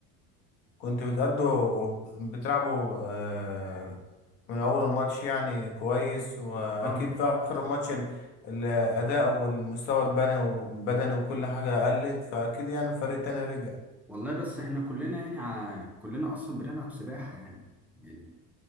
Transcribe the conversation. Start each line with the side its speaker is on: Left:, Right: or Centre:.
Left: كنت بتأدوا بتلعبوا آه، من أول الماتش يعني كويس وأكيد
Centre: اه
Left: في آخر الماتش ال- الأداء والمستوى البدني والبدني وكل حاجة قلت فأكيد يعني الفريق التاني رجع
Centre: والله بس احنا كلنا يعني ع... كلنا اصلا بنلعب سباحه يعني يعني